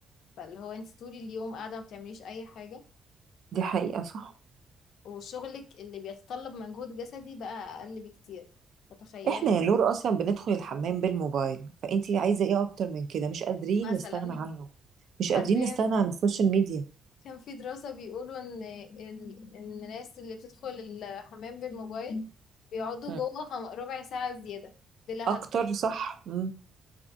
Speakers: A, on the left; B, on the right.
A: فاللي هو انت طول اليوم قاعدة ما بتعمليش اي حاجة
B: دي حقيقه صح
A: وشغلك اللي بيتطلب مجهود جسدي بقى اقل بكتير فتخيلي
B: احنا يا نور اصلا بندخل الحمام بالموبايل فانتي عايزه ايه اكتر من كده مش قادرين
A: مثلا
B: نستغنى عنه مش
A: <laughs>
B: قادرين
A: حرفيا
B: نستغنى عن السوشيال ميديا
A: كان في دراسة بيقولوا إن ال- إن الناس اللي بتدخل الحمام بالموبايل بيقعدوا
B: مم.
A: جوه خم- ربع ساعة زيادة بلا
B: اكتر
A: هدف
B: صح مم.